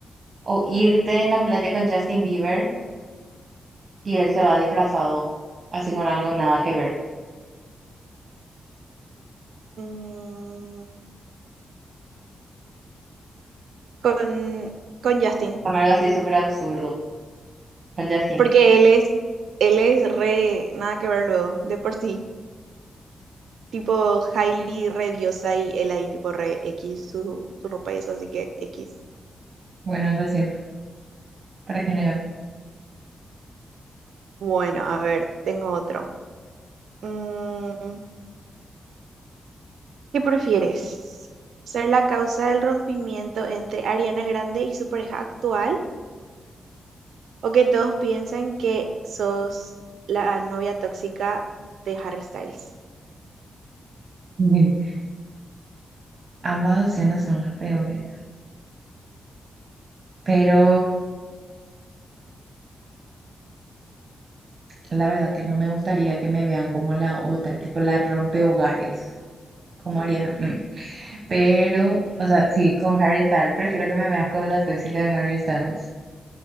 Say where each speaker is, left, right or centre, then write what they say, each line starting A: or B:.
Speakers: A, on the right; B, on the right.
A: O irte en la playa con Justin Bieber y él se va disfrazado, así con algo nada que ver,
B: Mm, con, con Justin,
A: con algo así súper absurdo, con Justin.
B: porque él es, él es re, nada que ver luego, de por sí. Tipo Hailey re diosa y él ahí tipo re X su, su ropa y eso, así que X.
A: Bueno, eso es cierto. ¿Para qué negar?
B: Bueno, a ver, tengo otro. Mm, ¿Qué prefieres? ¿Ser la causa del rompimiento entre Ariana Grande y su pareja actual? ¿O que todos piensen que sos la novia tóxica de Harry Styles?
A: Ujú. Ambas opciones son las peores. Pero la verdad que no me gustaría que me vean como la otra, tipo la rompehogares, como
B: Mm,
A: Ariana. Mm. Pero, o sea, sí, con Harry Styles, prefiero que me vean como la tóxica de Harry Styles.